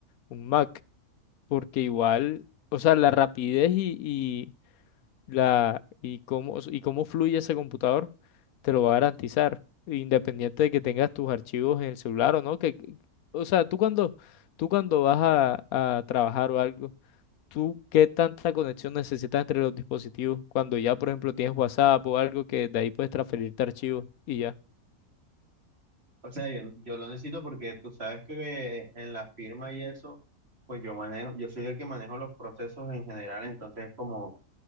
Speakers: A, on the left; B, on the right.
A: un Mac. porque igual, o sea, la rapidez y, y la y cómo y cómo fluye ese computador te lo va a garantizar, independiente de que tengas tus archivos en el celular o no, que que- o sea, tú cuando tú cuando vas a, a trabajar o algo, tú qué tanta conexión necesitas entre los dispositivos cuando ya, por ejemplo, tienes WhatsApp o algo que de ahí puedes transferirte archivos y ya.
B: O sea, yo, yo lo necesito porque tú sabes que en la firma y eso, pues yo manejo, yo soy el que manejo los procesos en general, entonces como